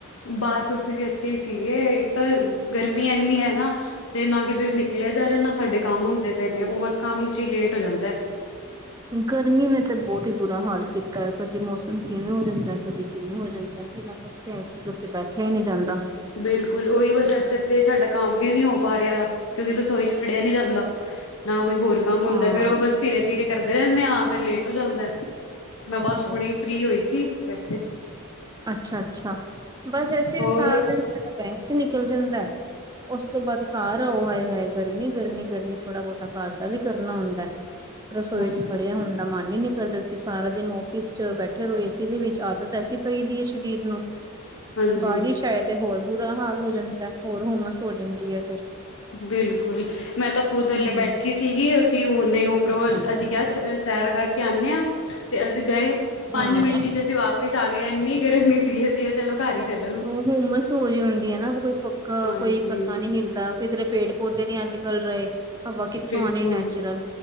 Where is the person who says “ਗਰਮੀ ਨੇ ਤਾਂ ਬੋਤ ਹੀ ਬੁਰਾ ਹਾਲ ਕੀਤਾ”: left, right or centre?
Right